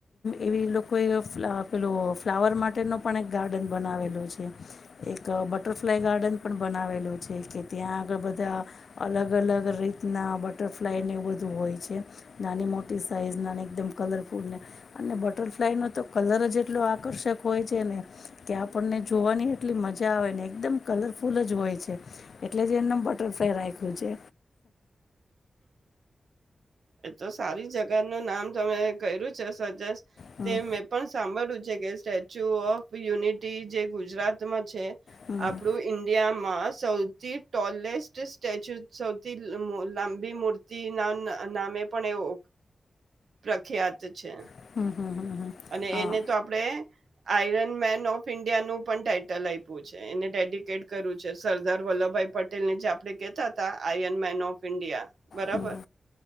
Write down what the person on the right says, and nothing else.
એ તો સારી જગા નું નામ તમે કર્યું છે સજેસ્ટ
તે મેં પણ સાંભળું <unintelligible> કે સ્ટેચ્યુ ઓફ યુનિટી જે ગુજરાતમાં છે.
આપડું ઇન્ડિયા. માસ સૌથી ટોલેસ સ્ટેચ્યુ સૌથી <unintelligible> લાંબી. બી મૂર્તિ ના નામે પણ એવો પ્રખ્યાત છે.
અને
એને તો આપણે આયરન મેન ઓફ ઇન્ડિયાનું પણ ટાઇટલ આવ્ય પિયુ છે, એને ડેડિકેટ કરવું છે. <unintelligible> સરદાર વલ્લભભાઈ પટેલ ને જે આપડે કેતા હતા આયન મેન ઓફ ઇન્ડિયા. બરાબર.